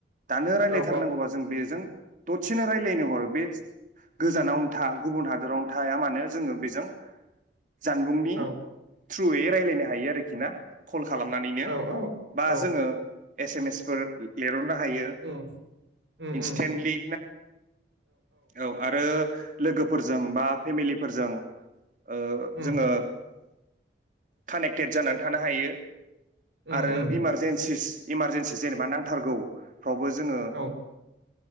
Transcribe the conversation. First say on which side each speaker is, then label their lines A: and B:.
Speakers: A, on the right; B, on the right.
A: दानो रायलायथारनांगौबा
B: औ
A: जों बेजों दरसेनो राय्लायनो हरो बे गोजानावथा। गुबुन हादोरावनो थाया मानो जोङो। जों जानबुंनि
B: औ
A: थ्रुयै रायलाय हायो आरो खिना खलखालामनानैनो
B: औ औ
A: बा
B: औ
A: जोङो एस एम एसफोर लिरहरनो हायो
B: उम उम
A: इनसतेनलि
B: उम
A: औ आरो। लोगोफोरजों बा फेमिलिफोरजों। ओ
B: उम
A: जोङो कानेक्टेड जाना थानो हायो
B: उम
A: आरो
B: उम
A: इमारजिन्सिस इमारजिन्सिस जेनेबा नांथारगौ फावबो जोङो
B: औ